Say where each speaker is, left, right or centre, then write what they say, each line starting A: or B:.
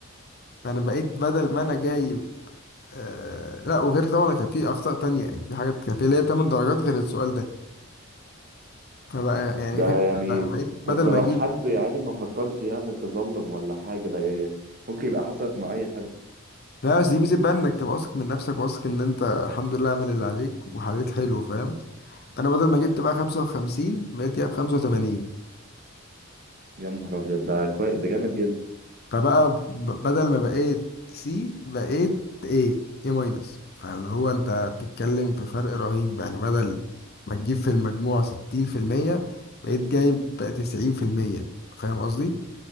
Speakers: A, on the left (about 50°); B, on the right (about 45°).
A: فانا بقيت بدل ما انا جايب آه لا وغير طبعا كان في اخطاء تانية يعني في حاجات كان في ليا 8 درجات غير السؤال ده فبقى يعني
B: ده
A: غير
B: يعني
A: بقيت بدل
B: طب ده
A: ما
B: لو
A: اجيب
B: حد يعني ما فكرش يعمل تظلم ولا حاجة ده إيه؟ ممكن يبقى حصلت مع اي حد
A: لا بس دي ميزة بقى انك تبقى واثق من نفسك واثق ان انت الحمد لله عامل اللي عليك وحليت حلو فاهم فانا بدل ما جبت بقى 55 بقيت جايب 85
B: يا نهار ابيض ده كويس ده جامد جدا
A: فبقى ب- بدل ما بقيت سي بقيت ايه ايه ماينس فاللي هو انت بتتكلم في فرق رهيب يعني بدل ما تجيب في المجموع 60% بقيت جايب 90% فاهم قصدي